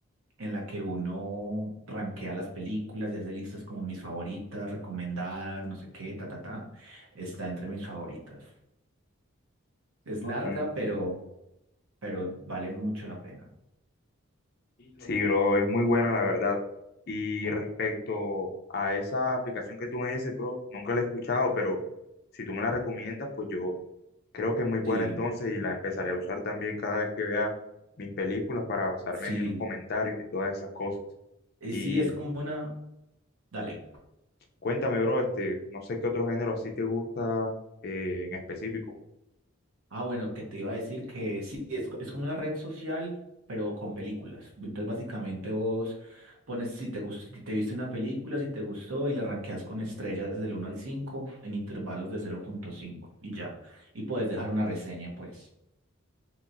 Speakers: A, on the right (about 80°); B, on the left (about 45°).
A: en la que uno rankea las películas y hace listas como mis favoritas, recomendadas, no sé qué, ta, ta, ta. Está entre mis favoritas. Es larga,
B: Mm.
A: pero, pero vale mucho la pena.
B: Sí, bro, es muy buena la verdad. Y
A: O-
B: respecto a esa aplicación que tú me dices, bro, nunca la he escuchado, pero si tú me la recomiendas, pues yo Creo que es muy buena
A: sí,
B: entonces y la empezaré a usar también cada vez que vea mis películas para basarme
A: sí,
B: ahí en los comentarios y todas esas cosas.
A: y
B: Y
A: sí, es como una, dale.
B: cuéntame, bro, este, no sé qué otro género así te gusta eh, en específico.
A: Ah, bueno, que te iba a decir que sí, es, co- es como una red social, pero con películas. Entonces, básicamente vos pones si te gustó, si te viste una película, si te gustó, y la rankeas con estrellas del uno al cinco en intervalos de cero punto 5 y ya. Y puedes dejar una reseña, pues.